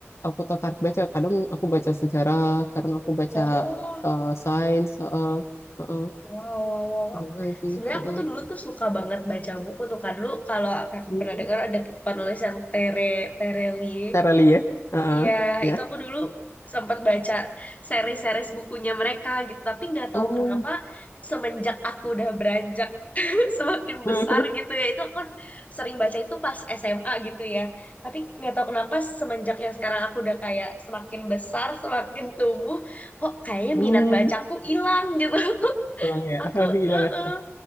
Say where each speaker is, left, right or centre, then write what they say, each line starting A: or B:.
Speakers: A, on the left; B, on the left.
A: aku tertarik baca kadang aku baca sejarah kadang aku baca
B: Oh,
A: eh, sains heeh, heeh,
B: Wow, wow, wow. wow.
A: apa lagi sih
B: Sebenarnya
A: heeh.
B: aku tuh dulu tuh suka banget baca buku tuh kan dulu kalau kakak
A: Hmm,
B: pernah dengar ada penulis yang Tere Terelie.
A: Cara ya Heeh,
B: Iya,
A: ya
B: itu aku dulu sempat baca seri-series bukunya mereka gitu, tapi nggak
A: oh
B: tahu kenapa semenjak aku udah beranjak <laughs> semakin
A: <laughs>
B: besar gitu ya, itu aku sering baca itu pas SMA gitu ya. Tapi nggak tahu kenapa semenjak yang sekarang aku udah kayak semakin besar, semakin tumbuh, kok kayaknya
A: hmm
B: minat bacaku hilang gitu. <laughs>
A: hilang ya
B: Aku,
A: <laughs> hilang
B: eh
A: ya